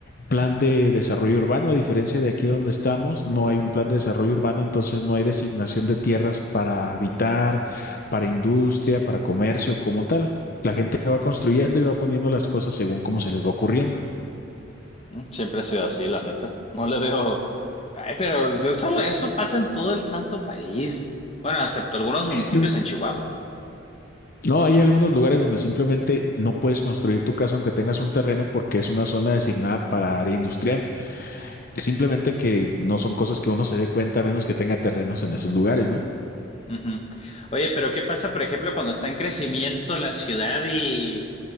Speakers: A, on the left; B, on the left.
A: plan de desarrollo urbano, a diferencia de aquí donde estamos, no hay un plan de desarrollo urbano, entonces no hay designación de tierras para habitar, para industria, para comercio como tal. La gente va construyendo y va poniendo las cosas según cómo se les va ocurriendo.
B: Mm, Siempre ha sido así, la neta. No le veo. Ay, pero eso, eso pasa en todo el santo país. Bueno, excepto algunos municipios
A: Mm,
B: en Chihuahua.
A: No, hay algunos lugares donde simplemente no puedes construir tu casa aunque tengas un terreno porque es una zona designada para área industrial. Simplemente que no son cosas que uno se dé cuenta a menos que tenga terrenos en esos lugares, ¿no?
B: Ujú. Oye, pero ¿qué pasa, por ejemplo, cuando está en crecimiento la ciudad y